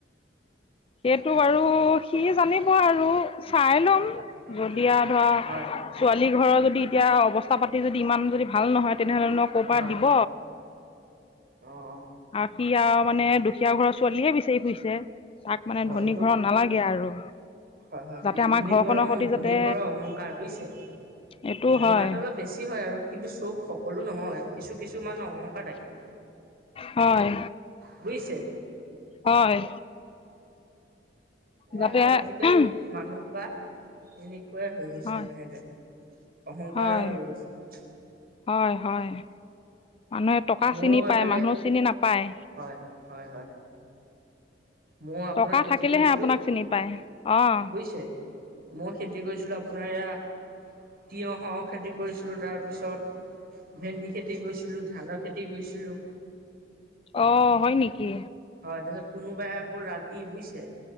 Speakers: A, on the left (about 30°); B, on the right (about 55°).
A: সেইটো বাৰু সি জানিব আৰু চাই ল'ম
B: হয়
A: যদিয়া ধৰা
B: হয় হয়।
A: ছোৱালী ঘৰৰ যদি এতিয়া অৱস্থা পাতি যদি ইমান যদি ভাল নহয় তেনেহলেন ক'ৰ পৰা
B: হয়।
A: দিব
B: অ'
A: আকি আৰু মানে দুখীয়া ঘৰৰ ছোৱালীয়ে বিচাৰি ফুৰিছে তাক মানে
B: হয়
A: ধনী
B: এইটো
A: ঘৰত নালাগে আৰু
B: হয় হয়
A: যাতে
B: কি
A: আমাৰ
B: ধুনী
A: ঘৰখনৰ
B: ঘৰৰ
A: সতি
B: ম ধনী
A: যাতে
B: ঘৰৰ অহংকাৰ বুজিছে
A: এইটো
B: অহংকাৰটো
A: হয়
B: অলপ বেছি হয় আৰু কিন্তু চব সকলো নহয় কিছু কিছুমান অহংকাৰ থাকে
A: হয়
B: বুজিছে
A: হয়
B: এ
A: যাতে
B: আৰু আজিকালি মানুহ ঘোবা এনেকুৱাই হৈ গৈছে
A: হয়
B: লাহে লাহে অহংকাৰ
A: হয়
B: হৈ গৈছে
A: হয় হয় মানুহে টকা
B: মোৰো
A: চিনি পায়
B: এইফালে
A: মানুহ চিনি নাপায়
B: হয় হয় হয় মই আপোনাৰ
A: টকা
B: খেতি
A: থাকিলেহে
B: কৰিছিলো
A: আপোনাক চিনি পায় অঁ
B: বুজিছে মই খেতি কৰিছিলো আপ আপোনাৰ এয়া তিয়হ খেতি কৰিছিলোঁ তাৰপিছত ভেন্দি খেতি কৰিছিলোঁ ধানৰ খেতি কৰিছিলোঁ
A: অ হয় নেকি
B: হয় তাৰপিছত কোনোবাই আকৌ ৰাতি বুইছে